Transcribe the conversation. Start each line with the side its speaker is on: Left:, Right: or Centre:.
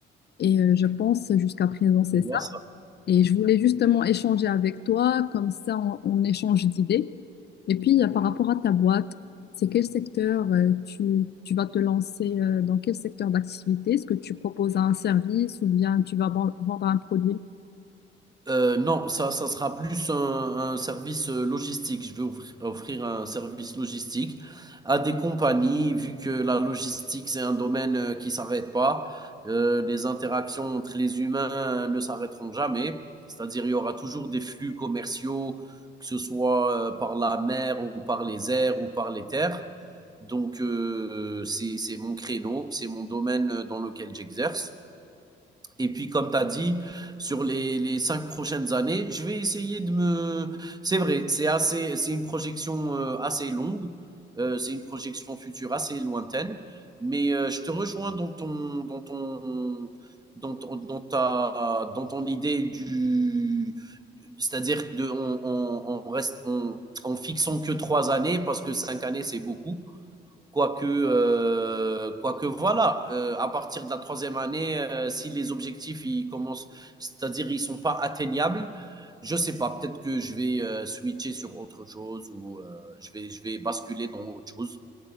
Left: et euh, je pense jusqu'à présent c'est
Right: Je vois
Left: ça.
Right: ça.
Left: Et je voulais justement échanger avec toi, comme ça on, on échange d'idées et puis, euh, par rapport à ta boîte, c'est quel secteur euh, tu, tu vas te lancer euh, dans quel secteur d'activité? Est-ce que tu proposes un service ou bien tu vas ban- vendre un produit?
Right: Euh, non, ça, ça sera plus un, un service euh, logistique. Je veux offrir, offrir un service logistique à des compagnies, vu que la logistique, c'est un domaine euh, qui s'arrête pas. Euh, les interactions entre les humains euh, ne s'arrêteront jamais. C'est-à-dire, il y aura toujours des flux commerciaux, que ce soit euh, par la mer ou par les airs ou par les terres. Donc, euh, c'est c'est mon créneau, c'est mon domaine euh, dans lequel j'exerce. Et puis, comme tu as dit, sur les, les cinq prochaines années, je vais essayer de me. C'est vrai, c'est assez, c'est une projection euh, assez longue, euh, c'est une projection future assez lointaine, mais euh, je te rejoins dans ton, dans ton, dans ton- dans ta, dans ton idée du, c'est-à-dire de, on, on- on reste, on, en fixant que trois années parce que cinq années c'est beaucoup. Quoique, euh, quoique voilà, euh, à partir de la troisième année, euh, si les objectifs ils commencent, c'est-à-dire ils ne sont pas atteignables, je ne sais pas, peut-être que je vais euh, switcher sur autre chose ou euh, je vais je vais basculer dans autre chose.